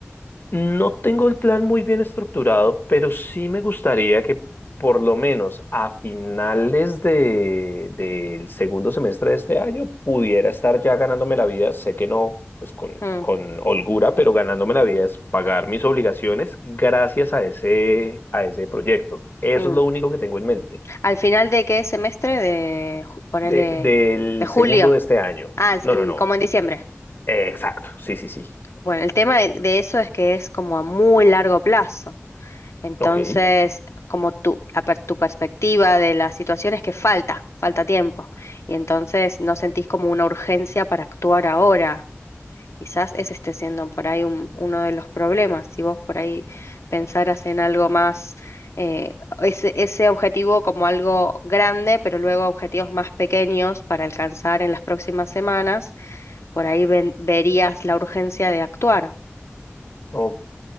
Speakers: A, on the left; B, on the left.
A: No tengo el plan muy bien estructurado, pero sí me gustaría que por lo menos a finales de, del segundo semestre de este año pudiera estar ya ganándome la vida. Sé que no, pues con,
B: mm,
A: con holgura, pero ganándome la vida es pagar mis obligaciones gracias a ese, a ese proyecto. Eso
B: mm.
A: es lo único que tengo en mente.
B: ¿Al final de qué semestre? De, ju- ponele,
A: De- del
B: de julio.
A: segundo de este año.
B: Ah, es
A: No,
B: en-
A: no, no.
B: como en diciembre.
A: Eh, exacto. Sí, sí, sí.
B: Bueno, el tema de de eso es que es como a muy largo plazo. Entonces,
A: Ok.
B: como tú, la per- tu perspectiva de la situación es que falta, falta tiempo. Y entonces no sentís como una urgencia para actuar ahora. Quizás ese esté siendo por ahí un- uno de los problemas. Si vos por ahí pensaras en algo más, eh, ese, ese objetivo como algo grande, pero luego objetivos más pequeños para alcanzar en las próximas semanas, por ahí ven- verías la urgencia de actuar.
A: Ok,